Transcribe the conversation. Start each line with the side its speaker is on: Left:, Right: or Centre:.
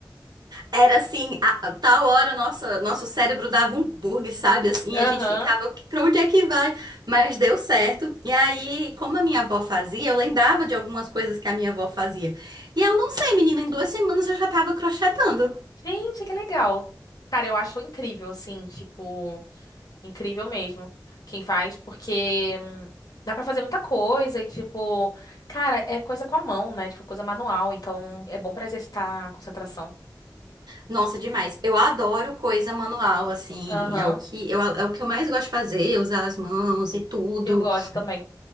Right: Era assim, a, a tal hora nossa, nosso cérebro dava um bug, sabe? Assim,
Left: Aham.
Right: a gente ficava, pra onde é que vai? Mas deu certo. E aí, como a minha avó fazia, eu lembrava de algumas coisas que a minha avó fazia. E eu não sei, menina, em duas semanas eu já tava crochetando.
Left: Gente, que legal. Cara, eu acho incrível, assim, tipo, incrível mesmo quem faz, porque hum, dá pra fazer muita coisa e, tipo, cara, é coisa com a mão, né? Tipo, coisa manual, então é bom pra exercitar a concentração.
Right: Nossa, demais. Eu adoro coisa manual, assim,
Left: Aham.
Right: é o que eu, é o que eu mais gosto de fazer, usar as mãos e tudo.
Left: Eu gosto também.